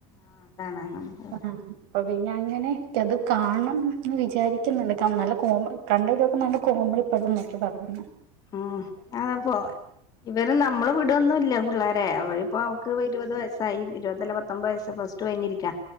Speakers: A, on the left (about 25°); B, on the right (about 55°).
A: ആഹ് കാണാം നമ്മള്
B: ആ അപ്പൊ അങ്ങനെ എനിക്ക് അത് കാണണം. എന്ന് വിചാരിക്കുന്നുണ്ട് കമ്മല്. കോമ കണ്ടവരൊക്കെ നല്ല കോമഡി പടം നോക്കിയിട്ട് വരുന്നേ.
A: ആഹ് ഞാൻ അപ്പോ ഇവര് നമ്മള് വീടോന്നുമില്ല പുള്ളാരേ അവരെ ഇപ്പോ അവൾക്ക് ഇരുപത് വയസായി ഇരുപതല്ല പത്തൊമ്പത് വയസ് പ്ലസ് <unintelligible> ക്കാ